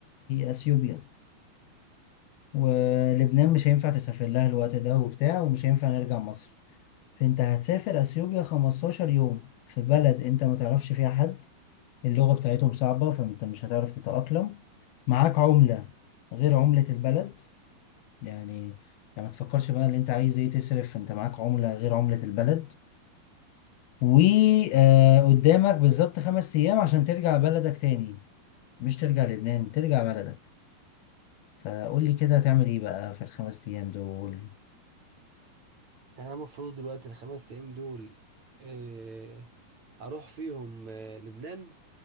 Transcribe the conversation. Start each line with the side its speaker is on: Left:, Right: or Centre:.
Left: اثيوبيا ولبنان
Right: امم
Left: مش هينفع تسافر لها الوقت ده وبتاع ومش هينفع نرجع مصر فانت هتسافر اثيوبيا 15 يوم في بلد انت ما تعرفش فيها حد اللغة بتاعتهم صعبة فانت مش هتعرف تتأقلم معاك عملة غير عملة البلد يعني يعني ما تفكرش بقى اللي انت عايز ايه تصرف انت معاك عملة غير عملة البلد وقدامك بالظبط خمس ايام عشان ترجع بلدك تاني مش ترجع لبنان ترجع بلدك فقول لي كده هتعمل ايه بقى في الخمس ايام دول
Right: يعني انا المفروض دلوقتي الخمس ايام دول إيه اروح فيهم آه، لبنان